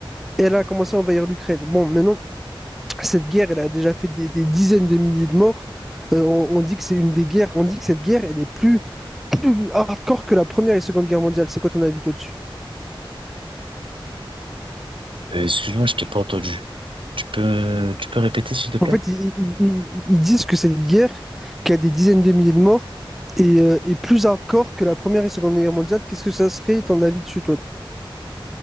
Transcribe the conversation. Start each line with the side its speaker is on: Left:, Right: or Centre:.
Centre: Et elle a commencé à envahir l'Ukraine. Bon, maintenant cette guerre, elle a déjà fait des, des dizaines de milliers de morts. Euh, on, on dit que c'est une des guerres, on dit que cette guerre, elle est plus, plus hardcore que la Première et Seconde Guerre mondiale. C'est quoi ton avis toi-dessus?
Right: Euh, excuse-moi, je t'ai pas entendu. Tu peux, tu peux répéter, s'il te plaît?
Centre: En fait, ils, ils- ils- ils disent que cette guerre, qui a des dizaines de milliers de morts, est, euh, est plus hardcore que la Première et Seconde Guerre mondiale. Qu'est-ce que ça serait ton avis dessus, toi?